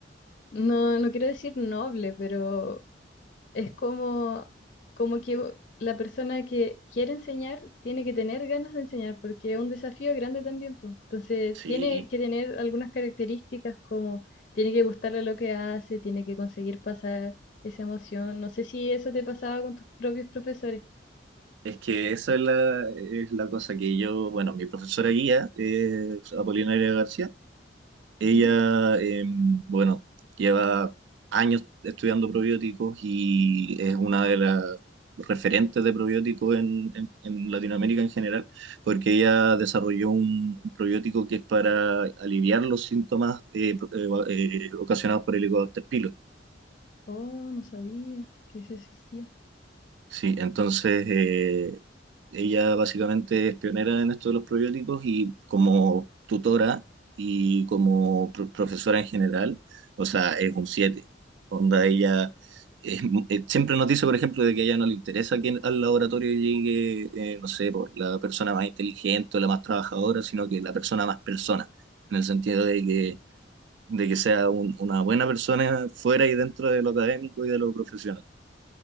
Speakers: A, on the left; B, on the right.
A: no, no quiero decir noble, pero Es como, como que la persona que quiere enseñar tiene que tener ganas de enseñar, porque es un desafío grande también, po. Entonces,
B: Sí.
A: tiene que tener algunas características como tiene que gustarle lo que hace, tiene que conseguir pasar esa emoción. No sé si eso te pasaba con tus propios profesores.
B: Es que esa es la, es la cosa que yo, bueno, mi profesora guía, eh, Apolinaria García, Ella,
A: Ujú.
B: eh, bueno, lleva años estudiando probióticos y es una de las referentes de probióticos en, en- en Latinoamérica en general, porque ella desarrolló un, un probiótico que es para aliviar los síntomas eh, pro- eh, eh, ocasionados por el Helicobacter pylori.
A: Oh, no sabía que eso existía.
B: Sí, entonces eh, ella básicamente es pionera en esto de los probióticos y como tutora y como pro- profesora en general, o sea, es un 7. Onda, ella es mu- eh, siempre nos dice, por ejemplo, de que a ella no le interesa que al laboratorio llegue, eh, no sé, por la persona más inteligente o la más trabajadora, sino que la persona más persona, en el sentido de
A: Sí.
B: que, de que sea un- una buena persona fuera y dentro de lo académico y de lo profesional.